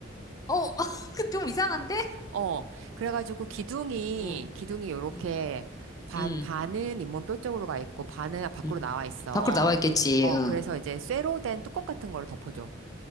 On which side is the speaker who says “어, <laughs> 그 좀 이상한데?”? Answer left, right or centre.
Left